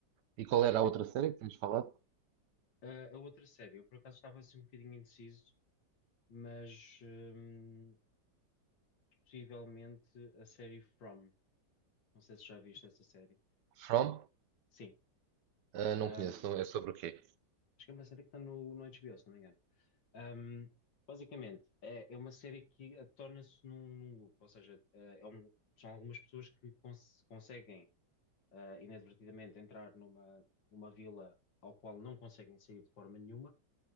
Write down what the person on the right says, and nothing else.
E qual
era a
outra série que tínhamos falado?
From?
Ah,
não conheço, não é sobre o quê?